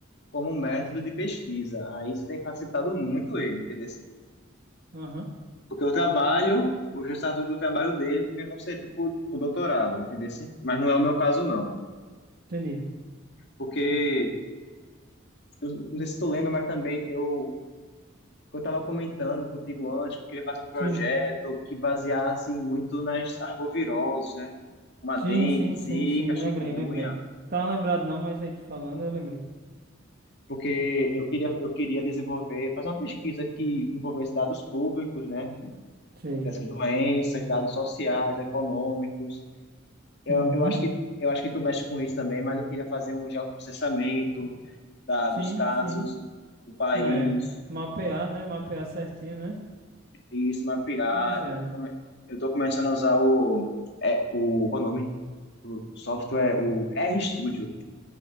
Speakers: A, on the left (about 60°); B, on the right (about 45°).
A: como método de pesquisa. Aí, isso tem facilitado muito ele, entendeu?
B: aham.
A: Porque o trabalho, os resultados do trabalho dele também vão servir para o doutorado, entendeu? Mas não é o meu caso, não.
B: Entendi.
A: Porque, eu não sei se tu lembra, mas também eu que eu estava comentando contigo antes, que eu queria fazer um projeto
B: Sim,
A: que baseasse muito nas arboviroses, né? Uma dengue,
B: sim, sim,
A: zika,
B: sim, sim.
A: chikungunya,
B: Lembrei, lembrei. Não tava lembrado não, mas aí tu falando, eu lembrei.
A: porque eu queria, eu queria desenvolver, fazer uma pesquisa que envolvesse dados públicos, né?
B: Sei.
A: Dessas doenças, dados sociais, econômicos. Eu,
B: Uhum.
A: eu acho que, eu acho que tu mexe com isso também, mas eu queria fazer um geoprocessamento da,
B: Sim,
A: dos casos
B: sim.
A: do país
B: É. Mapear, né? Mapear certinho, né?
A: e isso mapear.
B: Pois é.
A: Eu tô, come, eu tô começando a usar o é, o, qual é o nome? O software, o RStudio.